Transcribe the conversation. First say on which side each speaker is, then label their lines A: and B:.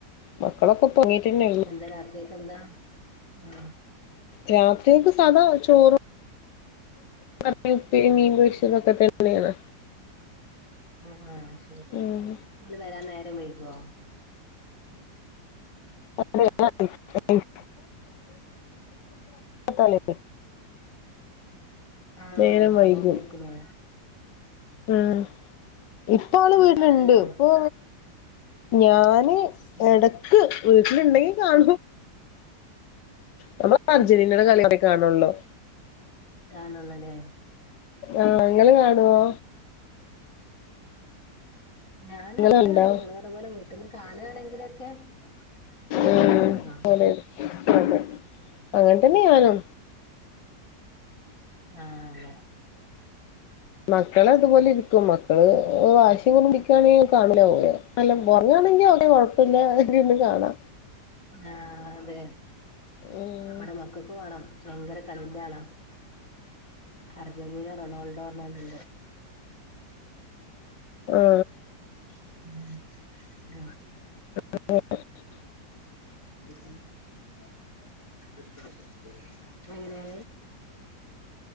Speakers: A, on the left; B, on the left.
A: മക്കളൊക്കെ ഇപ്പൊ ഒറങ്ങീട്ടന്നെ ഉള്ളൂ
B: എന്താ രാത്രിക്കക്കെന്താ മ്
A: രാത്രിക്കക് സാധാചോറും കറി ഉപ്പേ മീൻപൊരിച്ചതൊക്കെതന്നെ. നെയാണ്.
B: ആ... ശരി
A: ഉം
B: അത് വരാൻ നേരം വൈകോ...
A: ആഹ <inaudible> തലെ
B: ആ...
A: നേരം വൈകും
B: അതോണ്ടായിരിക്കുലേ...
A: ഉം ഇപ്പോള്
B: നിങ്ങള്
A: വീട്ടില്ണ്ട്
B: കാണലുണ്ടോ
A: ഇപ്പൊ.. ഞാന്
B: ഉം
A: എടക്ക് വീട്ടിലുണ്ടെങ്കി കാണും നമ്മളൊക്കെ അർജന്റീനന്റെ കളിയെ കാണൊള്ളു.
B: കാണൊള്ളുലേ...
A: ആഹ് ഇങ്ങള് കാണുവോ
B: ഞാന്അങ്ങനെ
A: ഇങ്ങള് കണ്ടോ
B: കാണലില്ല ങ്ങള് പറഞ്ഞ പോലെ വീട്ട്ന്ന് കാണാണെങ്കിലൊക്കെ ക്കെ ഇപ്പൊചെലപ്പൊക്കെ
A: ഉം
B: കാണും
A: അതെ അതെ അങ്ങനെതന്നെയാഞാനും
B: ആലെ..
A: മക്കളത്പോലിരിക്കും
B: അതെ
A: മ വാശിറുമ്പികാണേയ് കാണലില്ല ഒറങ്ങാണെങ്കിവല്യകൊഴ പ്പല്ലാതിര്ന്ന് കാണാ.....
B: ആ... തെ
A: ഉം
B: അവ്ടെ മക്കൾക്കുംകാണാം ഭയങ്കര കളിന്റാളാ.... അർജന്റീന റൊണാൾഡോറ്ഞാല്ണ്ട്
A: അ ആ....
B: <inaudible> <inaudible>
A: ആഹ
B: ഇന്നത്തി. <inaudible> അങ്ങനെ